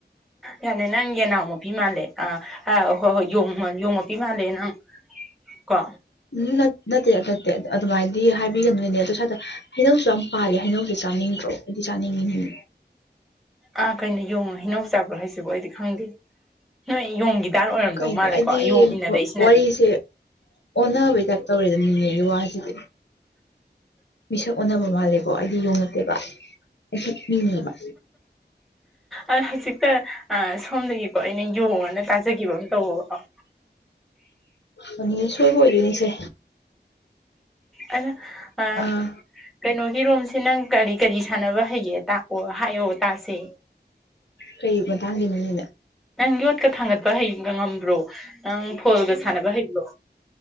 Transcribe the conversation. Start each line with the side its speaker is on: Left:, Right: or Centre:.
Centre: ꯌꯥꯅꯦ ꯅꯪ ꯌꯦꯟꯅꯥꯎ ꯃꯄꯤ ꯃꯥꯜꯂꯦ ꯑ ꯑ ꯍꯣꯏ ꯍꯣꯏ ꯌꯣꯡ ꯌꯣꯡ ꯃꯄꯤ ꯃꯥꯜꯂꯦ ꯅꯪ ꯀꯣ
Left: ꯎꯝ ꯅꯠꯇꯦ ꯅꯠꯇꯦ ꯑꯗꯨꯃꯥꯏꯅꯗꯤ ꯍꯥꯏꯕꯤꯒꯅꯣꯏꯅꯦ ꯑꯗꯨ ꯁꯥꯏꯗ ꯍꯩꯅꯧꯁꯨ ꯌꯥꯝ ꯄꯥꯜꯂꯦ ꯍꯩꯅꯧꯁꯨ ꯆꯥꯅꯤꯡꯗ꯭ꯔꯣ ꯑꯩꯗꯤ ꯆꯥꯅꯤꯡꯉꯤ
Centre: ꯑꯥ ꯀꯩꯅꯣ ꯌꯣꯡꯅ ꯍꯩꯅꯧ ꯆꯥꯕ꯭ꯔꯣ ꯍꯥꯏꯁꯤꯕꯨ ꯑꯩꯗꯤ ꯈꯪꯗꯦ ꯅꯣꯏ ꯌꯣꯡꯒꯤ ꯗꯥꯔ ꯑꯣꯏꯔꯝꯗꯧ
Left: ꯀꯩꯅꯣ
Centre: ꯃꯥꯜꯂꯦꯀꯣ
Left: ꯑꯩꯗꯤ
Centre: ꯌꯣꯡ ꯏꯅꯔꯛꯏꯁꯤꯅꯗꯤ
Left: ꯋꯥꯔꯤꯁꯦ ꯑꯣꯟꯅꯕꯩ ꯇꯥꯏꯞ ꯇꯧꯔꯦꯗ ꯅꯦꯅꯦꯒꯤ ꯋꯥꯁꯤꯗꯤ ꯃꯤꯁꯛ ꯑꯣꯟꯅꯕ ꯃꯥꯜꯂꯦꯀꯣ ꯑꯩꯗꯤ ꯌꯣꯡ ꯅꯠꯇꯦꯕ ꯑꯩꯁꯨ ꯃꯤꯅꯦꯕ
Centre: ꯑ ꯍꯧꯖꯤꯛꯇ ꯑ ꯁꯣꯝꯗꯒꯤꯀꯣ ꯑꯩꯅ ꯌꯣꯡꯑꯅꯥ ꯇꯥꯖꯒꯤꯕ ꯑꯃ <unintelligible>
Left: ꯑ ꯅꯤꯅꯦ ꯁꯣꯏꯕ ꯑꯣꯏꯗꯣꯏꯅꯤꯁꯦ
Centre: ꯑꯩꯅ ꯑ
Left: ꯑꯥ
Centre: ꯀꯩꯅꯣꯒꯤ ꯔꯣꯝꯁꯦ ꯅꯪ ꯀꯔꯤ ꯀꯔꯤ ꯁꯥꯟꯅꯕ ꯍꯩꯒꯦ ꯇꯥꯛꯑꯣ ꯍꯥꯏꯌꯣ ꯇꯥꯁꯦ
Left: ꯀꯩ ꯃꯇꯥꯡꯒꯤꯅꯣ ꯅꯤꯅꯦ
Centre: ꯅꯪ ꯌꯣꯠꯀ ꯊꯥꯡꯒꯠꯄ ꯍꯩ ꯉꯝꯕ꯭ꯔꯣ ꯅꯪ ꯐꯣꯜꯒ ꯁꯥꯟꯅꯕ ꯍꯩꯕ꯭ꯔꯣ